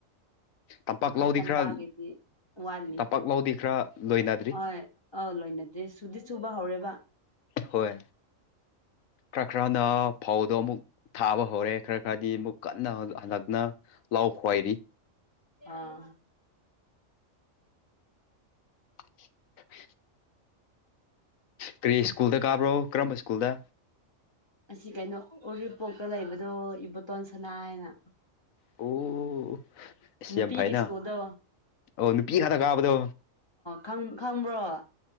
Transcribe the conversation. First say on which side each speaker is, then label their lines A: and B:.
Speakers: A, on the left; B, on the left.
A: ꯇꯝꯄꯥꯛ
B: ꯑꯩꯈꯣꯏ
A: ꯂꯧꯗꯤ
B: ꯇꯝꯄꯥꯛꯒꯤꯗꯤ
A: ꯈꯔ
B: ꯋꯥꯠꯂꯤ
A: ꯇꯝꯄꯥꯛ ꯂꯧꯗꯤ ꯈꯔ ꯂꯣꯏꯅꯗ꯭ꯔꯤ
B: ꯍꯣꯏ ꯑꯧ ꯂꯣꯏꯅꯗ꯭ꯔꯦ ꯁꯨꯗꯤ ꯆꯨꯕ ꯍꯧꯔꯦꯕ
A: ꯍꯣꯏ ꯈꯔ ꯈꯔꯅ ꯐꯥꯎꯕꯗꯣ ꯑꯃꯨꯛ ꯊꯥꯕ ꯍꯧꯔꯦ ꯈꯔ ꯈꯔꯗꯤ ꯑꯃꯨꯛ ꯀꯟꯅ ꯍꯟꯗꯛꯅ ꯂꯥꯎ ꯈ꯭ꯋꯥꯏꯔꯤ
B: ꯑꯥ
A: <unintelligible> ꯀꯔꯤ ꯁ꯭ꯀꯨꯜꯗ ꯀꯥꯕ꯭ꯔꯣ ꯀꯔꯝꯕ ꯁ꯭ꯀꯨꯜꯗ
B: ꯑꯁꯤ ꯀꯩꯅꯣ ꯎꯔꯤꯄꯣꯛꯇ ꯂꯩꯕꯗꯣ ꯏꯕꯣꯇꯣꯟ ꯁꯅꯥ ꯍꯥꯏꯅ
A: ꯑꯣ ꯑꯁ
B: ꯅꯨꯄꯤꯒꯤ
A: ꯌꯥꯝ ꯐꯩꯅ
B: ꯁꯀꯣꯜꯗ
A: ꯑꯣ ꯀ ꯈꯥꯅ ꯀꯥꯕꯗ
B: ꯈꯪ ꯈꯪꯕ꯭ꯔꯣ ꯑꯣ